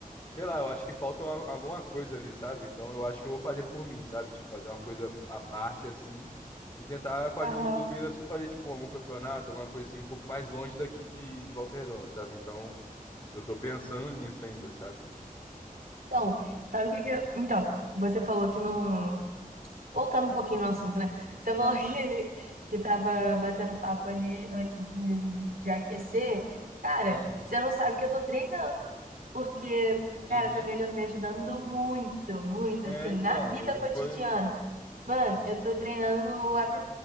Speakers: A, on the left; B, on the right.
A: sei lá, eu acho que falta uma- alguma coisa ali, sabe? Então eu acho que eu vou fazer por mim, sabe? Tipo, fazer uma coisa à parte assim e tentar, com a ajuda
B: Aham.
A: do clube, ainda fazer, tipo, algum campeonato, alguma coisa assim, um pouco mais longe daqui de, de Volta Redonda, sabe? Então eu tô pensando nisso ainda, sabe?
B: Então, sabe o que que eu... Então, você falou que não... Voltando um pouquinho no assunto, né? Você
A: Hum,
B: falou que, <laughs> que tava batendo papo ali antes de, de aquecer. Cara,
A: uhum,
B: você não sabe que eu tô treinando. Porque,
A: uhum.
B: cara, tá me, me ajudando muito, muito,
A: É,
B: assim,
A: então,
B: na vida
A: hoje
B: cotidiana.
A: foi.
B: Mano, eu tô treinando o apné